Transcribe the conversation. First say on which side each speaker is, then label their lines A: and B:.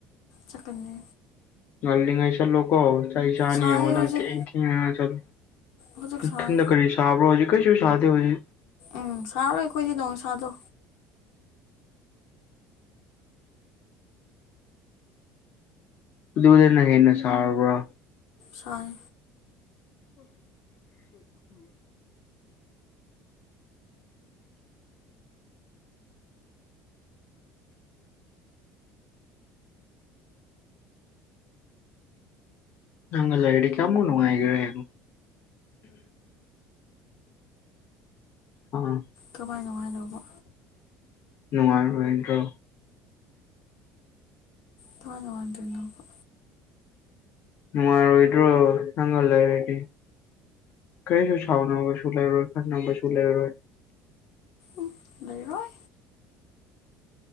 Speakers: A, on the left; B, on the left.
A: ꯆꯀꯅꯤ
B: ꯉꯜꯂꯤꯉꯩ ꯆꯠꯂꯨꯀꯣ ꯑꯩ ꯆꯥꯅꯤ
A: ꯁꯥꯏꯌꯦ
B: ꯌꯦꯡꯉꯣ ꯅꯪ
A: ꯍꯧꯖꯤꯛ
B: ꯊꯦꯡ ꯊꯦꯡꯉꯉ ꯆꯠꯂꯨ
A: ꯍꯧꯖꯤꯛ ꯁꯥꯏ
B: ꯊꯗ ꯀꯔꯤ ꯁꯥꯕꯣ ꯍꯧꯖꯤ ꯀꯩꯁꯨ ꯁꯥ ꯍꯧꯖꯤ
A: ꯎꯝ ꯁꯥꯔꯣ ꯑꯩꯈꯣꯏꯗꯤꯗꯣꯡ ꯁꯥꯗꯣ
B: ꯑꯗꯨꯗꯅ ꯍꯦꯟꯅ ꯁꯥꯔꯕ꯭ꯔꯥ
A: ꯁꯥꯏ
B: ꯅꯉ ꯂ ꯂꯦꯗꯤ ꯀꯥ ꯃꯣꯅꯨ ꯋꯥꯏꯒ ꯍꯥꯏꯣ ꯑ
A: ꯀꯃꯥꯏ ꯅꯨꯡꯉꯥꯏꯗꯧꯕ
B: ꯅꯨꯡꯉꯥꯏ ꯔꯣꯦꯟꯗ꯭ꯔꯣ
A: ꯊꯅ ꯋꯥ ꯑꯗꯨꯅꯣꯕ
B: ꯅꯨꯡꯉꯥꯏꯔꯣꯏꯗ꯭ꯔꯣ ꯅꯪꯒ ꯂꯩꯔꯗꯤ ꯀꯩꯁꯨꯣ ꯁꯥꯥꯎꯅꯕꯁꯨ ꯂꯩꯔꯣꯏ ꯈꯥꯟꯅꯕꯁꯨ ꯂꯩꯔꯣꯏ
A: ꯎ ꯂꯩꯔꯣꯏ